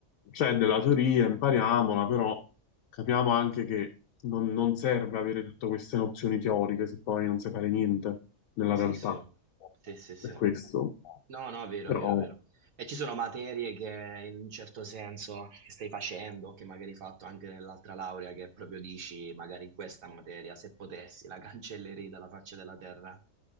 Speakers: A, on the left (about 80°); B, on the right (about 80°).
A: c'è della teoria, impariamola, però capiamo anche che non, non serve avere tutte queste nozioni teoriche se poi non sai fare niente nella
B: sì,
A: realtà.
B: sì, sì, sì, sì.
A: Per questo,
B: No, no, vero,
A: però.
B: vero, vero. E ci sono materie che in un certo senso che stai facendo, che magari hai fatto anche nell'altra laurea, che proprio dici, magari in questa materia, se potessi, la cancellerei dalla faccia della terra.